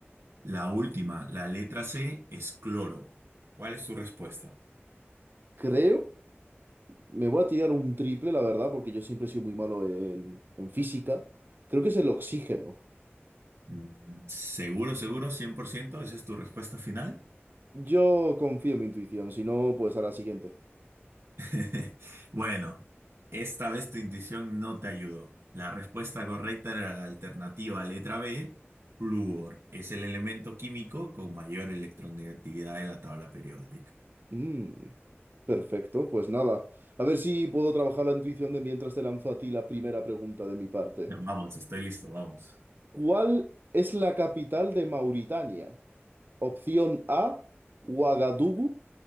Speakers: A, on the right; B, on the right.
A: La última, la letra C es cloro. ¿Cuál es tu respuesta?
B: Creo, me voy a tirar un triple, la verdad, porque yo siempre he sido muy malo en, en física. Creo que es el oxígeno.
A: Mm, Seguro, seguro, 100%, esa es tu respuesta final.
B: Yo confío en mi intuición, si no, pues a la siguiente.
A: <laughs> Bueno, esta vez tu intuición no te ayudó. La respuesta correcta era la alternativa letra B, flúor. Es el elemento químico con mayor electronegatividad de la tabla periódica.
B: Mm, perfecto, pues nada. A ver si puedo trabajar la intuición de mientras te lanzo a ti la primera pregunta de mi parte.
A: Vamos, estoy listo, vamos.
B: ¿Cuál es la capital de Mauritania? Opción A, Ouagadougou.